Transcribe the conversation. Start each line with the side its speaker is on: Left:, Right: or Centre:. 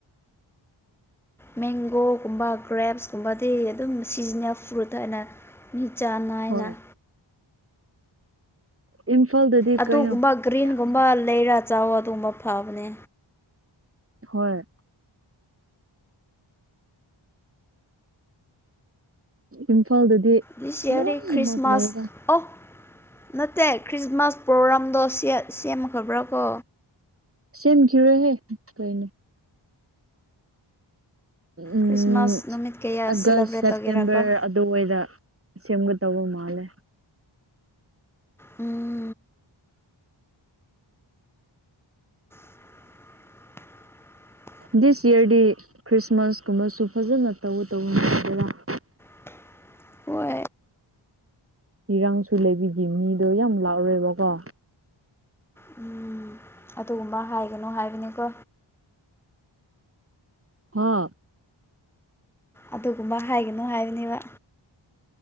Centre: ꯃꯦꯡꯒꯣꯒꯨꯝꯕ ꯒ꯭ꯔꯦꯞꯁꯀꯨꯝꯕꯗꯤ ꯑꯗꯨꯝ ꯁꯤꯖꯟꯅꯜ ꯐ꯭ꯔꯨꯠ ꯍꯥꯏꯅ ꯃꯤꯆꯥꯥꯟ ꯅꯥꯏꯅ
Right: ꯍꯣꯏ ꯏꯝꯐꯥꯜꯗꯗꯤ
Centre: ꯑꯗꯨꯒꯨꯝꯕ
Right: ꯀꯩꯅꯣ
Centre: ꯒ꯭ꯔꯤꯟꯒꯨꯝꯕ
Right: ꯌꯥꯝ
Centre: ꯂꯩꯔ ꯆꯥꯎ ꯑꯗꯨꯒꯨꯝꯕ ꯐꯕꯅꯦ
Right: ꯍꯣꯏ ꯏꯝꯐꯥꯜꯗꯗꯤ
Centre: ꯗꯤꯁꯤꯌꯥꯔꯤ
Right: ꯂꯣꯏꯅꯃꯛ
Centre: ꯈ꯭ꯔꯤꯁꯃꯥꯁ
Right: ꯂꯩꯌꯦꯗ
Centre: ꯑꯣ ꯅꯠꯇꯦ ꯈ꯭ꯔꯤꯁꯃꯥꯁ ꯄ꯭ꯔꯣꯒ꯭ꯔꯥꯝꯗꯣ ꯁꯦ ꯁꯦꯝꯃꯈꯕ꯭ꯔꯥ ꯀꯣ꯫
Right: ꯁꯦꯝꯈꯤꯔꯣꯏꯍꯦ ꯀꯩꯅꯣ꯫ ꯎꯝ
Centre: ꯈ꯭ꯔꯤꯁꯃꯥꯁ ꯅꯨꯃꯤꯠ ꯀꯌꯥ ꯁꯦꯂꯦꯕ꯭ꯔꯦꯠ
Right: ꯑꯒꯁ ꯁꯦꯞꯇꯦꯝꯕꯔ
Centre: ꯇꯧꯒꯦꯔꯥꯀꯣ
Right: ꯑ ꯑꯗꯨꯋꯩꯗ ꯁꯦꯝꯒꯗꯧꯕ ꯃꯥꯜꯂꯦ꯫
Centre: ꯎꯝ꯫ <unintelligible>
Right: ꯗꯤꯁ ꯌꯦꯔꯗꯤ ꯈ꯭ꯔꯤꯁꯃꯥꯁꯀꯨꯝꯕꯁꯨ ꯐꯖꯅ ꯇꯧꯒꯗꯧꯕ꯫ <inaudible>
Centre: <inaudible>
Right: ꯏꯔꯥꯡꯁꯨ ꯂꯩꯕꯤꯒꯤ ꯃꯤꯗꯣ ꯌꯥꯝ ꯂꯥꯛꯔꯣꯏꯕꯀꯣ꯫
Centre: ꯎꯝ ꯑꯗꯨꯒꯨꯝꯕ ꯍꯥꯏꯒꯅꯣ ꯍꯥꯏꯕꯅꯤꯀꯣ꯫
Right: ꯍꯥ꯫
Centre: ꯑꯗꯨꯒꯨꯝꯕ ꯍꯥꯏꯒꯅꯨ ꯍꯥꯏꯕꯅꯦꯕ꯫